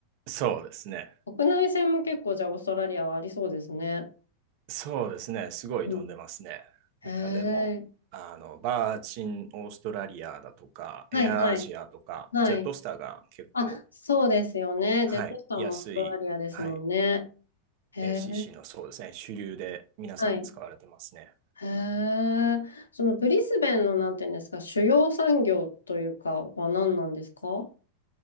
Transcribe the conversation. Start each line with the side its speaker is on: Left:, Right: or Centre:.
Right: そうですね。
Left: 国内線も結構じゃあオーストラリアはありそうですね。
Right: そうですね。すごい飛んでますね。
Left: うん。へえ。
Right: 中でも、あの、バーチンオーストラリアだとか、
Left: はいはい。
Right: エアアジアとか、
Left: はい。
Right: ジェットスターが結構
Left: あ、そうですよね。
Right: はい、
Left: ジェットスターもオーストラリアですもんね。
Right: 安い、はい、
Left: へえ。
Right: LCC のそうですね、主流で皆さん使われてますね。
Left: はい。へえ。そのブリスベンのなんていうんですか、主要産業というかは何なんですか